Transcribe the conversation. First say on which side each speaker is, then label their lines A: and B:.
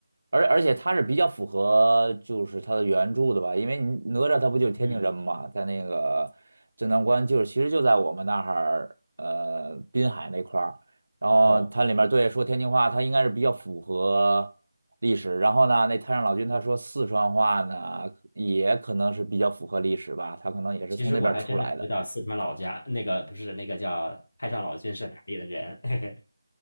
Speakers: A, on the right; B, on the left.
A: 而而且他是比较符合就是他的原著的吧，因为你哪吒他不就是天津人嘛，
B: 嗯，
A: 在那个镇南关就是其实就在我们那儿，呃，滨海那块儿，然后它里面对说天津话，
B: 哦，
A: 它应该是比较符合历史。然后呢，那太上老君他说四川话呢，也可能是比较符合历史吧，他可能也是从那边儿出来的。
B: 其实我还真的不知道四川老家那个不是那个叫太上老君是哪里的人，<laughs> 嘿嘿，